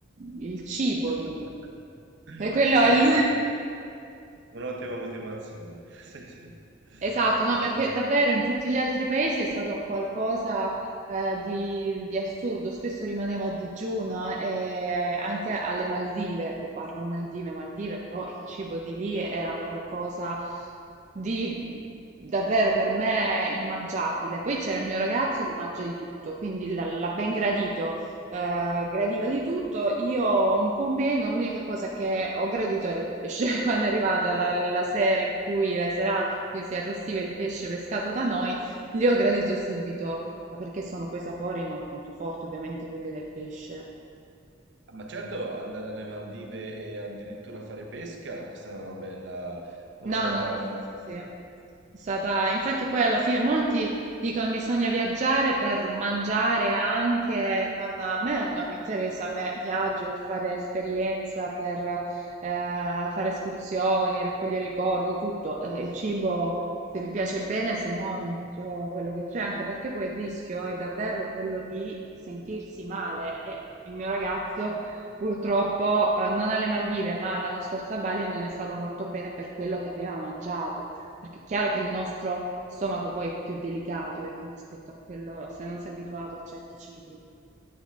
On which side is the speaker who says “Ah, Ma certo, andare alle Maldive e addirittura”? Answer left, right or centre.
Right